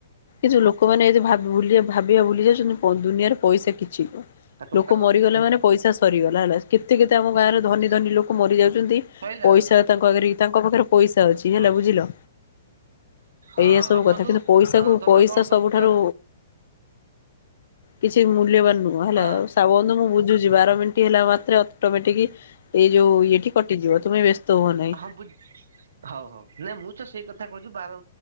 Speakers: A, on the left; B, on the right.
A: ଏଯୋଉ ଲୋକମାନେ ଏଯୋଉ ଭା ଭୁଲିଆ ଭାବିବା ଭୁଲି ଯାଉଚନ୍ତି, ଦୁନିଆରେ ପଇସା କିଛି ନୁହଁ।
B: ଟଙ୍କା
A: ଲୋକ ମରିଗଲେ ମାନେ ପଇସା ସରିଗଲା ହେଲା, କେତେ-କେତେ ଆମ
B: ନିଶ୍ଚିନ୍ତ
A: ଗାଁରେ ଧନୀ-ଧନୀ
B: ନିଶ୍ଚିନ୍ତ।
A: ଲୋକ ମରି ଯାଉଚନ୍ତି
B: କହିଲା
A: ପଇସା
B: ଲୋକ
A: ତାଙ୍କ ଆଗରେ ତାଙ୍କ ପାଖରେ ପଇସା ଅଛି
B: ହଁ
A: ହେଲା ବୁଝିଲ।
B: ହଁ
A: ଏଇଆ
B: <unintelligible>
A: ସବୁ କଥା କିନ୍ତୁ ପଇସାକୁ
B: ତମେ
A: ପଇସା
B: କଣ ତମକୁ
A: ସବୁଠାରୁ କିଛି ମୂଲ୍ୟବାନ ନୁହଁ ହେଲା,
B: ହଁ
A: ସା ବନ୍ଧୁ ମୁଁ ବୁଝୁଚି ବାର ମିନ୍ ହେଲା ମାତ୍ରେ ଅଟୋମେଟିକି ଏଇ ଯୋଉ ଇଏଠି କଟିଯିବ, ତୁମେ ବ୍ୟସ୍ତ ହୁଅ ନାହିଁ।
B: <unintelligible> ହଉ-ହଉ ନାଇଁ ମୁଁ ତ ସେଇ କଥା କହୁଚି ବାର